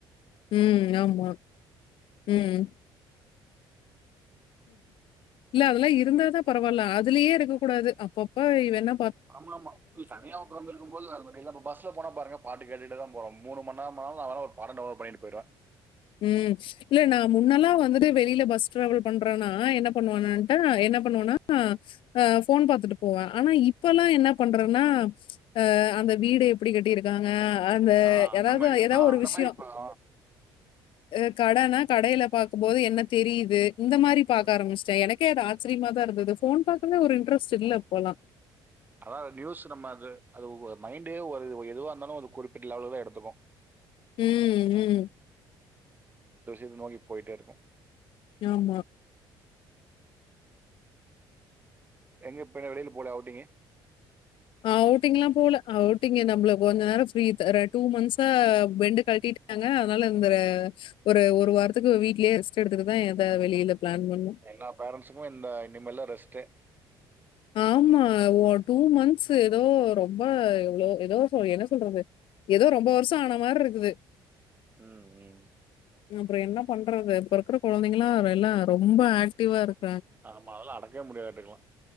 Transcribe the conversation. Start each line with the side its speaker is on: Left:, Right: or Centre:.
Left: உஹ்ம் ஆமா உம் இல்ல அதெல்லா இருந்தா தா பரவால்ல அத் அதுலயே இருக்க கூடாது அப்பப்ப இவ என்ன
Right: ஆமா ஆமா இப்டி தனியா உக்கார்ந்து இருக்கும் போது அந்த மாரி இப்ப பஸ்ல போன பாருங்க பாட்டு கேட்டுதா போறோ மூணு மண் நேரமனாலு நா எல்லா ஒரு பாட டவுன்லோட் பண்ணிட்டு போய்டுவே
Left: உம் இல்ல நா முன்னெல்லா வந்துட்டு வெளில பஸ் டிராவல் பண்றேன்னா என்ன பண்ணுவானட்டா என்ன பண்ணுவனா அஹ் ஃபோன் பாத்துட்டு போவே ஆனா இப்ப எல்லா என்ன பண்றேன்னா அஹ் அந்த வீடு எப்டி கட்டியிருக்காங்க அந்த
Right: ஆ, அந்த
Left: ஏதாவது
Right: மாதிரி
Left: ஏதா
Right: ஆ,
Left: ஒரு
Right: அந்த
Left: விஷயொ
Right: மாதிரி இப்போ
Left: அ கடனா கடையில பாக் போது என்ன தெரியுது இந்த மாரி
Right: இப்போ
Left: பாக்க ஆரம்பிச்சிட்டே எனக்கே அது ஆ அச்சரியமா தா இருந்தது ஃபோன் பாக்கணு ஒரு இன்டரெஸ்ட் இல்ல இப்பெல்லா
Right: அதா அந்த நியூஸ் நம்ம அது அது ஒ மைண்டே ஒரு எதுவா இருந்தாலு அது குறிப்பிட்ட லெவல தா எடுத்துக்கு
Left: உம் உம்
Right: இது நோக்கி போயிட்டே இருக்கு
Left: ஆமா
Right: எங்க பின்ன வெளில போலயா அவுட்டிங்கு
Left: அவுட்டிங்ல்லா போல அவுட்டிங்கு நம்மள கொஞ்ச நேர ஃப்ரீ தர டூ மந்த்ஸா பெண்டு <unintelligible> ங்க, அதனால இந்த ர ஒரு ஒரு வாரத்துக்கு வீ்ட்லயே ரெஸ்ட் எடுத்துட்டுதா எதா வெளியில பிளான் பண்ணோம்.
Right: எல்லா பேரண்ட்ஸுக்கும் இந்த இனிமேல் தா ரெஸ்ட்டே.
Left: ஆமா டூ மன்த்ஸ் ஏதோ ரொம்ப எவ்ளோ ஏதோ என்ன சொல்றது, ஏதோ ரொம்ப வருஷம் ஆன மாரி இருக்குது.
Right: உம் உம்
Left: அப்றம் என்ன பண்றது? இப்ப இருக்ற கொழந்தைங்கலா எல்லா ரொம்ம்ப ஆக்டிவா இருக்கு.
Right: ஆமா, அதெல்லா அடக்கவே முடியாதுட்டுக்கலாம்.